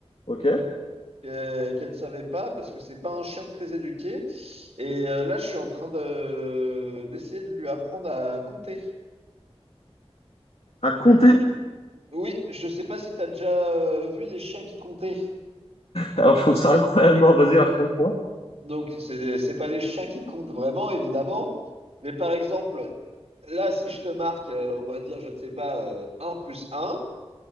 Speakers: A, on the left (about 70°); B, on the right (about 75°).
A: Ok.
B: euh, qu'elle ne savait pas parce que c'est pas un chien très éduqué. Et euh, là je suis en train de d'essayer de lui apprendre à compter.
A: À compter?
B: Oui, je sais pas si tu as déjà euh, vu des chiens qui comptaient.
A: Alors je trouve ça incroyable. Non, vas-y, raconte-moi.
B: Donc c'est c'est pas des chiens qui comptent vraiment évidemment, mais par exemple là si je te marque euh, on va dire je ne sais pas euh, un plus un